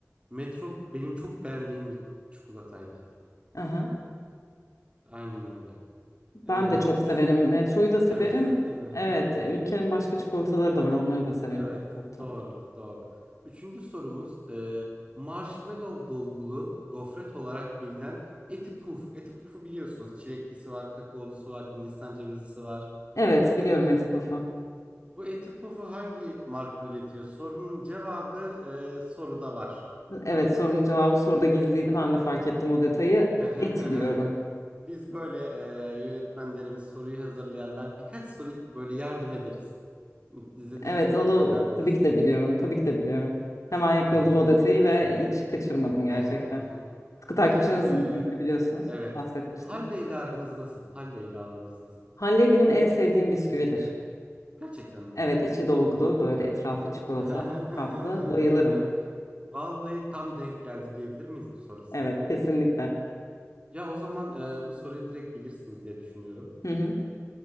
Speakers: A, on the right; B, on the left.
A: Metro benim çok beğendiğim bir çikolataydı.
B: Aha.
A: Aynen öyle.
B: Ben
A: Ee,
B: de çok
A: üçüncü
B: severim. Metroyu
A: siz
B: da severim.
A: deme siz deme. Aha.
B: Evet. Ülker'in başka çikolataları da var. Onları da severim.
A: Evet
B: Çikolata.
A: doğru doğru. Üçüncü sorumuz e, marshmallow dolgulu gofret olarak bilinen Eti Puf. Eti Puf'u biliyorsunuz. Çileklisi var, kakaolusu var, Hindistan cevizlisi var.
B: Evet. Biliyorum Eti Puf'u.
A: Bu Eti Puf'u hangi marka üretiyor? Sorunun cevabı e, soruda var.
B: Evet. Sorunun cevabı soruda gizliydi. Ben de fark ettim o detayı.
A: Hı hı
B: Eti
A: hı
B: diyorum.
A: hı. Biz böyle e, yönetmenlerimiz soruyu hazırlayanlar birkaç soru böyle yardım ederiz. İzlediyseniz
B: Evet. Onu
A: mutlaka bilirsiniz.
B: tabii ki de biliyorum. Tabii ki de biliyorum. Hemen yakaladım
A: Hı hı.
B: o detayı ve hiç kaçırmadım gerçekten.
A: Hı hı hı hı.
B: Sıkı takipçinizim
A: Peki eee,
B: çünkü biliyorsunuz.
A: evet.
B: Bahsetmiştim.
A: Halle ile aranız nasıl? Halle ile aranız nasıl?
B: Halley benim en sevdiğim bisküvidir.
A: Gerçekten mi?
B: Evet, içi dolgulu, böyle etrafı çikolata
A: Hı hı hı
B: kaplı.
A: hı hı hı
B: Bayılırım.
A: hı. Vallahi tam denk geldi diyebilir miyiz bu sorusu?
B: Evet, kesinlikle.
A: Ya o zaman eee, bu soruyu direkt bilirsiniz diye düşünüyorum.
B: Hı hı,